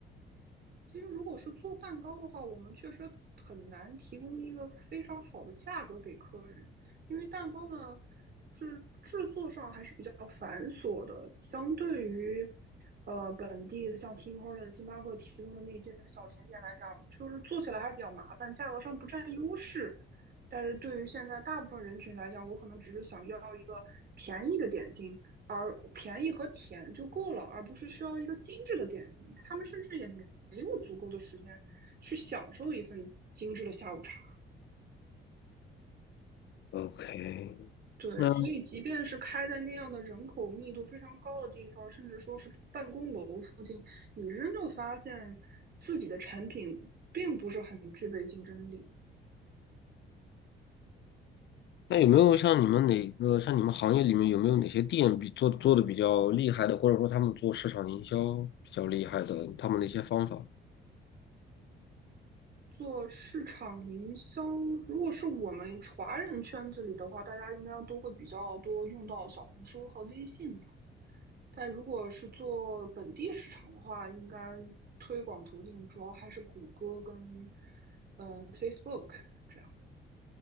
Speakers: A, on the right (about 55°); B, on the left (about 65°).
A: 其实如果是做蛋糕的话，我们确实很难提供一个非常好的价格给客人，因为蛋糕的是制作上还是比较繁琐的，相对于呃本地的像 Tim Hortons、星巴克提供的那些小甜点来讲，就是做起来还是比较麻烦，价格上不占优势。但是对于现在大部分人群来讲，我可能只是想要一个便宜的点心，而便宜和甜就够了，而不是需要一个精致的点心。他们甚至也没有足够的时间去享受一份精致的下午茶。
B: ？OK，
A: 对，
B: 那
A: 所以即便是开在那样的人口密度非常高的地方，甚至说是办公楼附近，你仍旧发现自己的产品并不是很具备竞争力。
B: 那有没有像你们哪个像你们行业里面有没有哪些店比做做的比较厉害的，或者说他们做市场营销比较厉害的，他们的一些方法？
A: 做市场营销，如果是我们华人圈子里的话，大家应该都会比较多用到小红书和微信但如果是做本地市场的话，应该推广途径主要还是谷歌跟嗯、呃 Facebook 这样。